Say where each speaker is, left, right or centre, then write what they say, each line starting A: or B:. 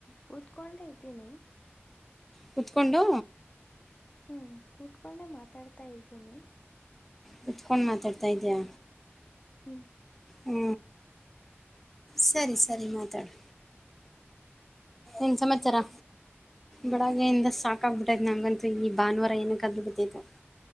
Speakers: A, on the left; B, in the centre.
A: ಕೂತ್ಕೊಂಡೆ ಇದ್ದೀನಿ.
B: ಕುತ್ಕೊಂಡು.
A: ಹೂ ಕುತ್ಕೊಂಡೆ ಮಾತಾಡ್ತಾ ಇದ್ದೀನಿ.
B: ಕುತ್ಕೊಂಡು ಮಾತಾಡ್ತಾ ಇದಿಯಾ.
A: ಹು
B: ಹೂ ಸರಿ ಸರಿ ಮಾತಾಡು ಏನ್ ಸಮಾಚಾರ ಬಳಗೆಯಿಂದ ಸಾಕಾಗಬಿಟ್ಟೈ ನಂಗಂತೂ ಈ ಭಾನುವಾರ ಏನಕ್ಕೆದ ಬಿದುದೋ